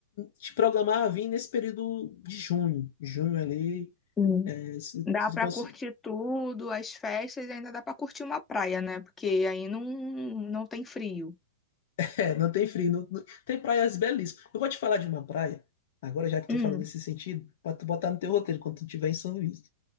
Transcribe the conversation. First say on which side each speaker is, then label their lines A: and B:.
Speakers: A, on the left (about 60°); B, on the left (about 20°).
A: te programar a vir nesse período de junho. Junho ali,
B: Sim.
A: é, se
B: Dá
A: tu
B: pra
A: conseguir.
B: curtir
A: <laughs>
B: tudo, as festas, e ainda dá pra curtir uma praia, né, porque aí não, não tem frio.
A: É, não tem frio, não- não- tem praias belíssimas. Eu vou te falar de uma praia, agora já que tu
B: Hum,
A: falando nesse sentido, para tu botar no teu roteiro quando tu estiver em São Luís.